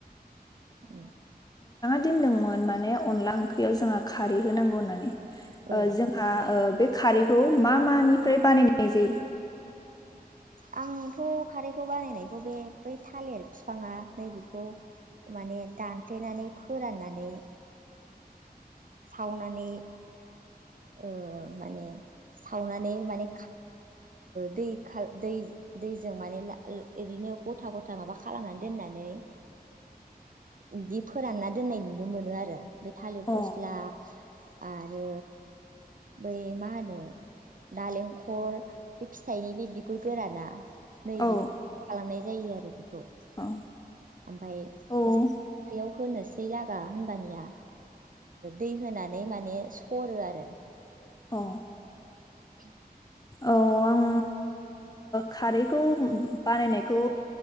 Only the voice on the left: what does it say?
होनदोंमोन माने अनला ओंख्रियाव जोंहा खारै होनांगौ होननानै ओ
जोंहा ओ बे खारैखौ मा मानिफ्राय बानायनाय जायो।
अ
औ
औ
औ
अ।
औ आं खारैखौ बानायनायखौ